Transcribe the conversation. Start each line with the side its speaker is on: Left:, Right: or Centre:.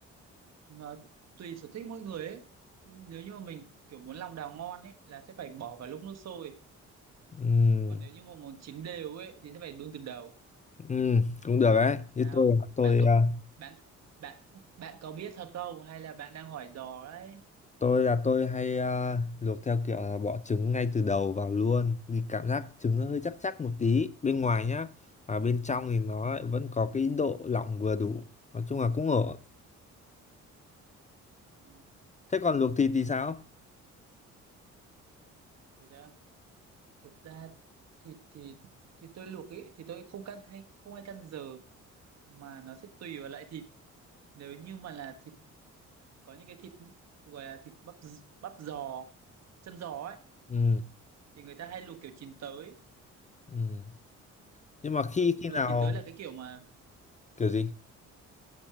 Right: Ờ, tùy sở thích mỗi người ấy nếu như mà mình kiểu muốn lòng đào ngon ấy là sẽ phải bỏ vào lúc nước sôi
Left: Ừm,
Right: còn nếu như mà muốn chín đều ấy thì sẽ phải đun từ đầu
Left: ừm, cũng được đấy. Như
Right: sao
Left: tôi à, tôi
Right: bạn có
Left: à,
Right: bạn bạn bạn có biết thật không hay là bạn đang hỏi dò đấy
Left: Tôi là tôi hay ờ, luộc theo kiểu là bỏ trứng ngay từ đầu vào luôn thì cảm giác trứng nó hơi chắc chắc một tí bên ngoài nhá và bên trong thì nó lại vẫn có cái độ lỏng vừa đủ nói chung là cũng ổn
Right: Ừ,
Left: thế còn luộc thịt thì sao
Right: thì đó thực ra thịt thì thì tôi luộc ấy thì tôi không căn hay không hay căn giờ mà nó sẽ tùy vào loại thịt nếu như mà là thịt có những cái thịt gọi là thịt bắp bắp giò chân giò ấy
Left: ừ,
Right: thì người ta hay luộc kiểu chín tới
Left: ừ. nhưng mà khi
Right: luộc
Left: khi
Right: luộc
Left: nào
Right: chín tới là cái kiểu mà
Left: kiểu gì